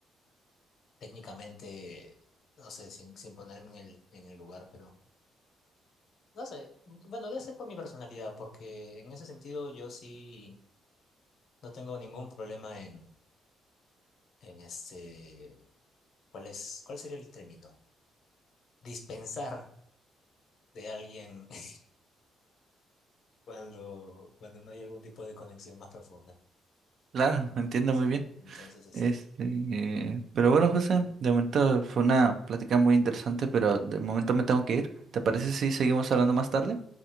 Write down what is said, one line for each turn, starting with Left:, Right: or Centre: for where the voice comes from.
Left: técnicamente, no sé, sin, sin ponerme en el, en el lugar, pero no sé, bueno, debe ser por mi personalidad, porque en ese sentido yo sí no tengo ningún problema en, en este, ¿cuál es, cuál sería el término? Dispensar de alguien <laughs> cuando, cuando no hay algún tipo de conexión más profunda.
Right: claro, entiendo
Left: Sí,
Right: muy bien.
Left: entonces, este,
Right: Este, pero bueno, José, de momento fue una plática muy interesante, pero de momento me tengo que ir. ¿Te parece si seguimos hablando más tarde?